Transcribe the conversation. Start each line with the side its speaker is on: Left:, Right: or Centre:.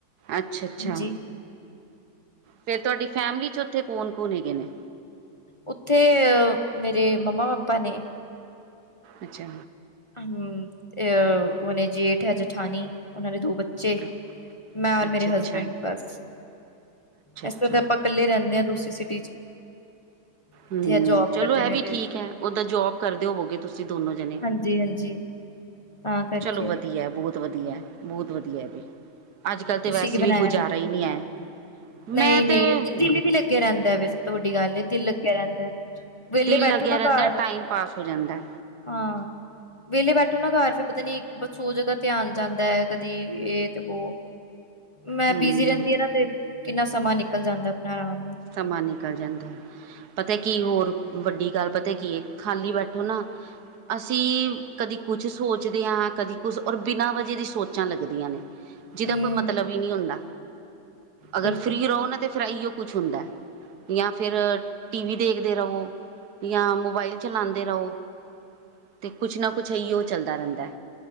Right: ਅੱਛਾ-ਅੱਛਾ
Left: ਹਾਂਜੀ
Right: ਫੇਰ ਤੁਆਡੀ ਫੈਮਿਲੀ ਚ ਓਥੇ ਕੋਨ-ਕੋਨ ਹੈਗੇ ਨੇ।
Left: ਓਥੇ ਮੇਰੇ ਮੰਮਾ ਪਾਪਾ ਨੇ।
Right: ਅੱਛਾ।
Left: ਹੂੰ ਅ ਓਨੇ ਜੇਠ ਐ ਜਠਾਨੀ ਓਨਾਂ ਨੇ ਦੋ ਬੱ ਬੱਚੇ
Right: ਅੱਛਾ
Left: ਮੈਂ ਔਰ
Right: ਅੱਛਾ
Left: ਮੇਰੇ ਹਸਬੈਂਡ
Right: ਅੱਛਾ
Left: ਬਸ, ਏਸ
Right: ਅੱਛਾ
Left: ਤੋ ਤੇ ਆਪਾਂ ਕੱਲੇ ਰੈਂਨੇ ਆਂ ਦੂਸਰੀ ਸਿਟੀ ਚ। ਇੱਥੇ
Right: ਹੂੰ
Left: ਜੋਬ
Right: ਚਲੋ
Left: ਕਰਦੇ
Right: ਐ
Left: ਨੇ
Right: ਵੀ
Left: ਤੇ
Right: ਠੀਕ ਐ, ਓਦਾਂ ਜੋਬ ਕਰਦੇ ਹੋਵੋਗੇ ਤੁਸੀਂ ਦੋਨੋ ਜਨੇ।
Left: ਜੀ ਹਾਂਜੀ। ਤਾਂ ਕਰਕੇ
Right: ਚਲੋ ਵਦੀਆ ਬੋਤ ਵਦੀਆ-ਬੋਤ ਵਦੀਆ ਏ ਵੀ ਅੱਜ-ਕੱਲ ਤੇ
Left: ਤੁਸੀਂ
Right: ਵੈਸੇ
Left: ਕੀ ਬਣਾਇਆ
Right: ਵੀ ਗੁਜ਼ਾਰਾ ਈ ਨੀ ਐ।
Left: ਨਹੀਂ
Right: ਮੈਂ
Left: ਨਹੀਂ
Right: ਤੇ ਹੂੰ
Left: ਦਿਲ ਵੀ ਲੱਗਿਆ ਰਹਿੰਦਾ ਵੇ ਸਭ ਤੋਂ ਵੱਡੀ ਗੱਲ ਹੈ ਦਿਲ ਲੱਗਿਆ ਰਹਿੰਦਾ ਵਿਹਲੇ
Right: ਦਿਲ
Left: ਬੈਠੋ
Right: ਲੱਗਿਆ
Left: ਨਾ
Right: ਰੈਂਦਾ
Left: ਘਰ
Right: ਟਾਈਮ ਪਾਸ ਹੋ ਜਾਂਦਾ।
Left: ਹਾਂ। ਵਿਹਲੇ ਬੈਠੋ ਨਾ ਘਰ ਫੇਰ ਪਤਾ ਨੀ ਬਸ ਸੌ ਜਗ੍ਹਾ ਧਿਆਨ ਜਾਂਦਾ ਐ ਕਦੀ ਏ ਤੇ ਵੋ ਮੈਂ
Right: ਹਮ
Left: ਬਿਜੀ ਰੈਂਦੀ ਆ ਨਾ ਤੇ ਕਿੰਨਾ ਸਮਾਂ ਨਿਕਲ ਜਾਂਦਾ ਆਪਨਾ ਆਰਾਮ ਨਾਲ।
Right: ਸਮਾਂ ਨਿਕਲ ਜਾਂਦਾ। ਪਤਾ ਕੀ ਹੋਰ ਵੱਡੀ ਗੱਲ ਪਤਾ ਕੀ ਐ, ਖਾਲੀ ਬੈਠੋ ਨਾ ਅਸੀਂ ਕਦੀ ਕੁਛ ਸੋਚਦੇ ਆਂ ਕਦੀ ਕੁਛ ਔਰ ਬਿਨਾਂ ਵਜਾ ਦੀ ਸੋਚਾਂ ਲੱਗਦੀਆਂ ਨੇ। ਜਿਦਾ
Left: ਹੂੰ,
Right: ਕੋਈ ਮਤਲਬ ਈ ਨੀ ਹੁੰਦਾ, ਅਗਰ
Left: ਬਿਲਕੁਲ।
Right: ਫ੍ਰੀ ਰਹੋ ਨਾ ਤੇ ਫਿਰ ਐਈਓ ਕੁਛ ਹੁੰਦਾ ਜਾਂ ਫਿਰ ਟੀ ਵੀ ਦੇਖਦੇ ਰਵੋ। ਜਾਂ ਮੋਬਾਇਲ ਚਲਾਂਦੇ ਰਓ। ਤੇ ਕੁਛ ਨਾ ਕੁਛ ਏਈਓ ਚੱਲਦਾ ਰੈਂਦਾ।